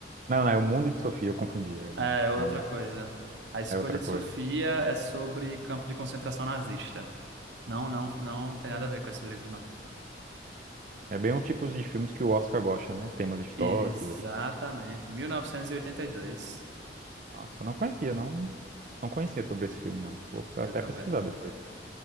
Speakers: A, on the right; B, on the right.
A: Não, não, é o Mundo de Sofia, eu confundi. É, Não,
B: É, outra
A: realmente.
B: coisa. A Escolha
A: É outra
B: de
A: coisa.
B: Sofia é sobre campo de concentração nazista. Não, não,
A: Não.
B: não tem nada a ver com esse livro, não.
A: É bem o tipo de filmes que o Oscar gosta, né? Temas históricos,
B: Exatamente.
A: assim.
B: 1982.
A: Nossa, eu não conhecia, não, não conhecia sobre esse filme, não. Vou até
B: Eu também.
A: pesquisar depois.